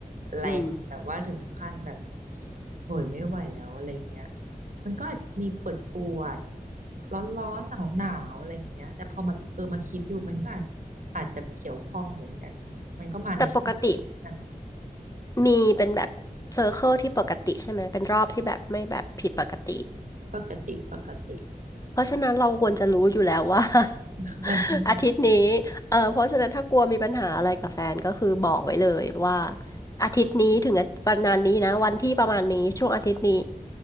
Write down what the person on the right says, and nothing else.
แรงแบบว่าถึงขั้นแบบ
โหยไม่ไหวแล้วอะไรเงี้ยมันก็อาจมีปวดปวดร้อนร้อนหนาวหนาวๆอะไรเงี้ยแต่พอแบบเออมาคิดดูมันก็อาจจะอาจจะเกี่ยวข้องเหมือนกันมันก็มาในช่วงที่นั่นนะ
ปกติปกติ
<laughs> มันร้อน